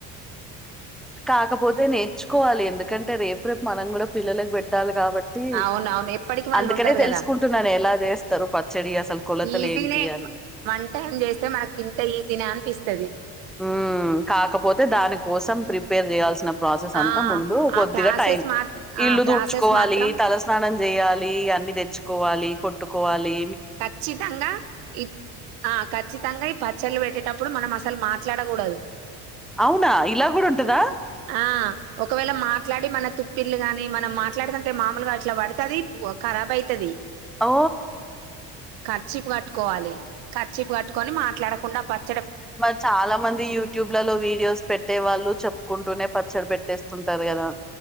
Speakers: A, in the centre; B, on the right (about 85°).
A: కాకపోతే నేర్చుకోవాలి ఎందు కెంటే రేపు రేపు మనం కూడ పిల్లలకు పెట్టాలి కాబట్టి
B: అవునవును ఎప్పటికి వాళ్ళు
A: అందుకనే
B: ఉండరు
A: తెలుస్
B: కదా
A: కుంటున్నాను ఎలా చేస్ తరూ ప చెడి అసల్ కొలతలేంటి
B: ఈజీనే
A: అని
B: వన్ టైం చేస్తే మనకి ఇంత ఈజీనే అనిపిస్తుంది
A: హుమ్ కాకపొతే దానికోసం ప్రిపేర్ చేయాల్సిన ప్రాసెస్ అంత
B: ఆ
A: ముందు కొద్దిగా
B: ఆ ప్రాసెస్
A: టైం
B: మా ఆ
A: ఇల్లు
B: ప్రాసెస్
A: దుడ్చుకోవాలీ
B: మాత్రం
A: తలస్నానం దెయ్యాల్ ఈ అన్ని తెచ్చుకోవాలి పొట్ ట్టుకోవాలి
B: ఖచ్చితంగా ఈ ఆ ఖచ్చితంగా ఈ పచ్చళ్ళు పెట్టె టప్పుడు మనం అసల్ మాట్లాడకూడదు
A: అవునా ఇలా కూడ ఉంటదా
B: ఆ ఒకవేళ మాట్లాడి మన తుప్పిళ్లు గాని మనం మాట్లాడితుంటే మామూలుగా అట్లా పడుతది, ఖరాబ్ అయితది
A: ఓ
B: కర్చీపు కట్టుకోవాలి కర్చీపు కట్టుకొని మాట్లాడకుండా పట్
A: మర్ చాలా మంది యూట్యూబ్ లలో వీడియోస్ పెట్టే వాళ్ళు చెప్కుంటూనే పచ్చడ్ పెట్టేస్తుంటార్ కదా